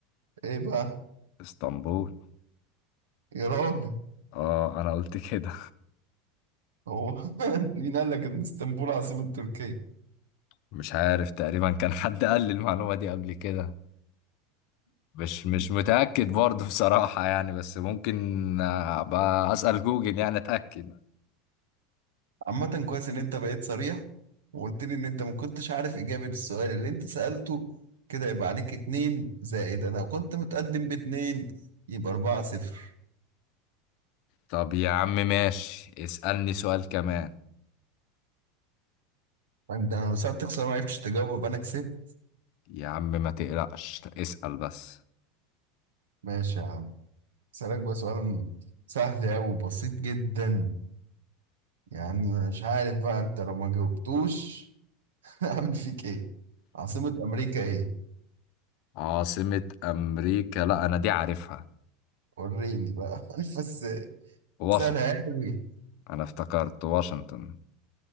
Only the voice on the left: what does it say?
اسطنبول
اه انا قلت كده
<laughs> مش عارف تقريبا كان حد قال لي المعلومة دي قبل كده مش مش متأكد برضه بصراحة يعني بس ممكن آه، ابقى أسأل جوجل يعني أتأكد
طب يا عم ماشي اسألني سؤال كمان
يا عم ما تقلقش اسأل بس
عاصمة أمريكا لا أنا دي عارفها
واشنطن
أنا افتكرت واشنطن